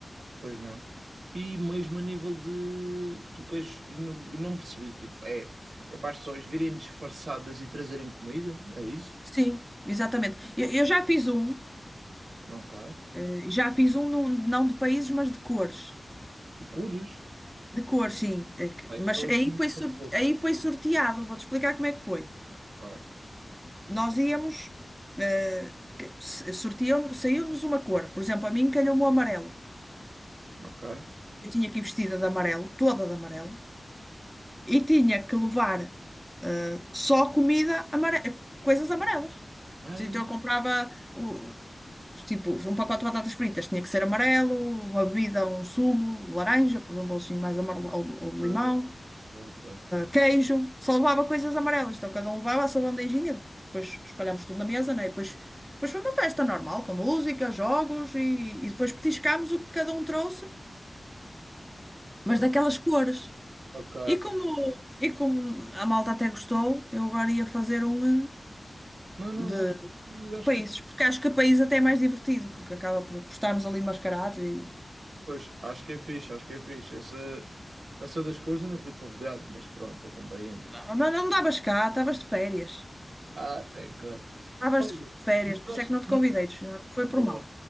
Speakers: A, on the right (about 85°); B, in the centre.
A: pois não. E mesmo a nível de tu queres, eu não, eu não percebi, tipo, é, é para as pessoas virem disfarçadas e trazerem comida, é isso?
B: Sim, exatamente. Eu, eu já fiz um,
A: Ok.
B: eh, já fiz um num- não de países, mas de cores.
A: De cores?
B: De cores, sim. Eh, que-
A: Ai,
B: Mas
A: só as
B: aí
A: mesmas
B: foi, sorte-
A: cores.
B: aí foi sorteado. Vou-te explicar como é que foi.
A: Ah,
B: nós íamos, eh, que- se- sortiam, saiu-nos uma cor. Por exemplo, a mim calhou-me o amarelo.
A: ok.
B: Eu tinha que ir vestida de amarelo, toda de amarelo, e tinha que levar só comida, amare... coisas amarelas.
A: Ai,
B: Então eu comprava o- tipo um pacote de batatas fritas, tinha que ser amarelo, uma bebida, um sumo, de laranja, por exemplo, assim mais amarelo, ou, ou de limão.
A: ah, ok.
B: queijo, só levava coisas amarelas. Então cada um levava a sua bandejinha, depois espalhámos tudo na mesa, né? E depois, depois foi uma festa normal, com música, jogos e, e depois petiscámos o que cada um trouxe,
A: Ah,
B: mas daquelas cores.
A: Ok.
B: E como, e como a malta até gostou, eu agora ia fazer um eh,
A: Não, não,
B: de,
A: acho, que-
B: de
A: acho
B: países,
A: que é fixe.
B: porque acho que país até é mais divertido, porque acaba por, por estarmos ali mascarados e.
A: Pois, acho que é fixe, acho que é fixe. Essa, essa das cores eu não fui convidado, mas pronto, eu compreendo.
B: Não, não, não davas cá, estavas de férias.
A: Ah, tranquilo.
B: Estavas
A: Olha,
B: de férias,
A: mas,
B: por
A: acho-
B: isso é que não te
A: mas-
B: convidei, não foi
A: tá bom.
B: por mal.